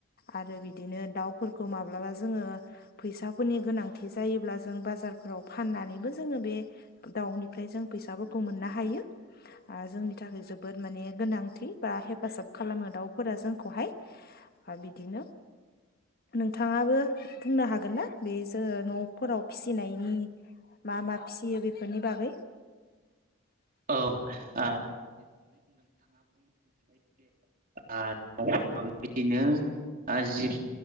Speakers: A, on the left; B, on the right.
A: आरो बिदिनो दाउफोरखौ माब्लाबा जोङो फैसाफोरनि गोनांथि जायोब्ला जों बाजारफोराव फाननानैबो जो जोङो बे दाउनिफ्राय जों फैसा खौ मोननो हायो आ जोंनि थाखाय जोबोद माने गोनांथि बा हेफाजाब खालामो दाउ फोरा जोंखौहाय बिदिनो नोंथाङाबो बुंनो हागोन ना बे जोङो न'फोराव फिसिनायनि मा मा फिसियो बेफोरनि बागै?
B: औ <unintelligible> बेदिनो आ जिब